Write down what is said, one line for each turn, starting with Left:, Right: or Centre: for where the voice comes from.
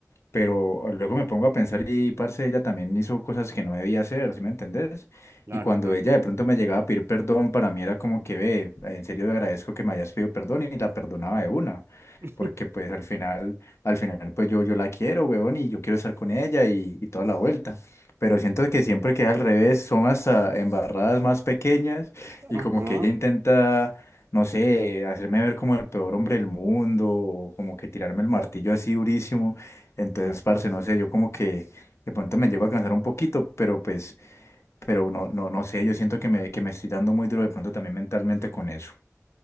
Left: pero luego me pongo a pensar y, parce, ella también hizo cosas que no debía hacer, ¿sí me entendés?
Right: Claro,
Left: Y cuando
Right: claro.
Left: ella de pronto me llegaba a pedir perdón, para mí era como que, ve, en serio le agradezco que me hayas pedido perdón y la perdonaba de una.
Right: <laughs>
Left: Porque pues al final, al final pues yo, yo la quiero, weón, y yo quiero estar con ella y, y toda la vuelta. Pero siento que siempre que es al revés, son hasta embarradas más pequeñas y
Right: Ajá.
Left: como que ella intenta no sé, hacerme ver como el peor hombre del mundo, o como que tirarme el martillo así durísimo. Entonces, parce, no sé, yo como que de pronto me llego a cansar un poquito, pero pues, pero no, no, no sé, yo siento que me, que me estoy dando muy duro de pronto también mentalmente con eso.